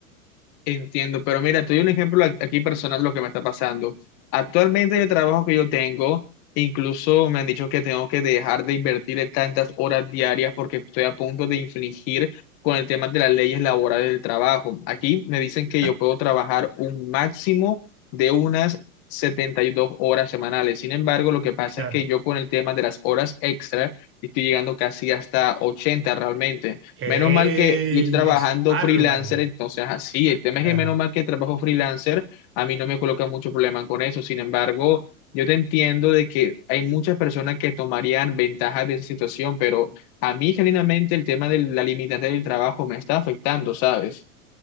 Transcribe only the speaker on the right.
<laughs>
Claro.
¡Ey!
Es bárbaro.
Claro.